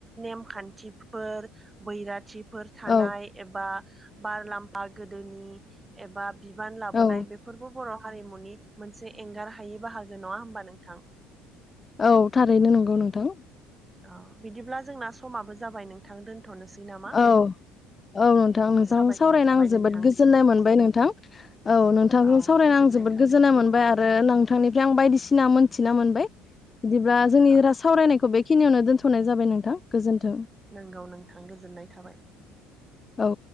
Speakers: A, on the right; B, on the left.
A: नेम खान्थिफोर बैराथिफोर थानाय
B: औ
A: एबा बारलाम्फा गोदोनि एबा बिबान लाबोनाय
B: औ
A: बेफोरबो बर' हारिमुनि मोनसे एंगार हायै बाहागो नङा होमबा नोंथां
B: औ थारैनो नंगौ नोंथां
A: अ बिदिब्ला जोंना समाबो जाबाय नोंथां दोन्थ'नोसै नामा
B: औ औ नोंथां नोंथांजों
A: साबायखर
B: सावरायनो
A: थाबाय
B: आं जोबोद
A: नोंथांनिसिम
B: गोजोननाय मोनबाय नोंथां औ नोंथांजों
A: औ
B: सावरायनो
A: गोजोननाय
B: आं जोबोद
A: थाबाय
B: गोजोननाय मोनबाय आरो नोंथांनिफ्राय आं बायदिसिना मोन मिथिना मोनबाय बिदिब्ला
A: नोंथां
B: जोंनि
A: औ
B: राज सावरायनायखौ बेखिनियावनो दोनथ'नाय जाबाय नोंथां गोजोन्थों
A: नोंगौ नोंथां गोजोननाय थाबाय।
B: औ